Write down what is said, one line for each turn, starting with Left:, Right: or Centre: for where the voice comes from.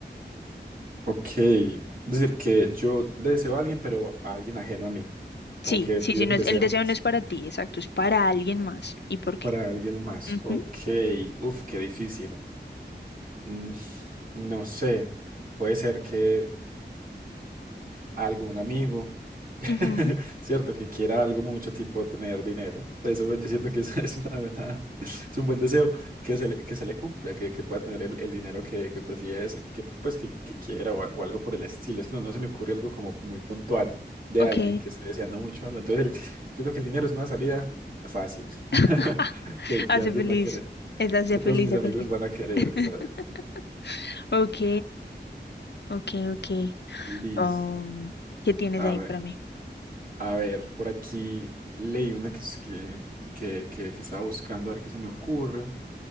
Right: Ok, es decir, que yo le deseo a alguien, pero a alguien ajeno a mí.
Left: Sí,
Right: Como que
Left: sí,
Right: pide
Left: sí, no
Right: un
Left: es,
Right: deseo
Left: el deseo no es para ti, exacto, es para alguien más. ¿Y por qué?
Right: para alguien más.
Left: Ujú,
Right: Ok, uf, qué difícil. Mm, no sé, puede ser que... algún amigo, <laughs>
Left: ujú,
Right: ¿cierto? Que quiera algo mucho tipo tener dinero. Eso yo siento que eso <laughs> es una buena, <laughs> es un buen deseo que se le, que se le cumpla, que, que pueda tener el, el dinero que, que prefiere, que pues que, que quiera o, a- o algo por el estilo. Es que no, no se me ocurre algo como muy puntual de
Left: Ok.
Right: alguien que esté deseando mucho algo. Entonces, el- siento que el dinero es una salida fácil <laughs>
Left: <laughs>
Right: que, que
Left: Hace
Right: alguien
Left: feliz.
Right: va a querer,
Left: Es hace
Right: que
Left: feliz
Right: todos mis
Left: a
Right: amigos
Left: cualquiera.
Right: van a querer.
Left: <laughs>
Right: Exacto.
Left: Ok, ok, ok.
Right: Listo.
Left: Am, ¿qué tienes
Right: A
Left: ahí
Right: ver.
Left: para mí?
Right: A ver, por aquí leí una que, es que, que, que, que estaba buscando, a ver qué se me ocurre.